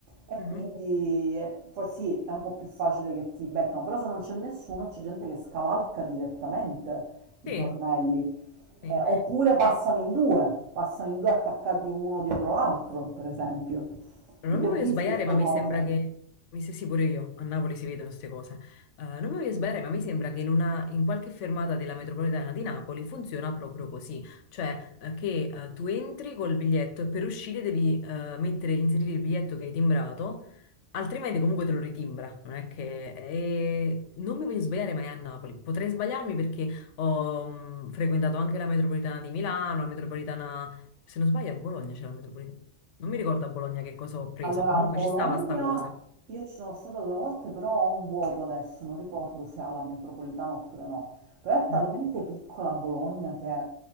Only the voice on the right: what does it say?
e
quindi è- forse sì, è un po' più facile che ti beccano, però se non c'è nessuno c'è gente che scavalca direttamente i
tornelli,
Eh, oppure passano in due, passano in due attaccati uno dietro l'altro, per esempio.
Io le
ho
viste
queste
cose.
Allora,
a Bologna
io ci sono stata due volte, però ho un vuoto adesso, non ricordo se ha la metropolitana oppure no. Però è talmente
piccola Bologna che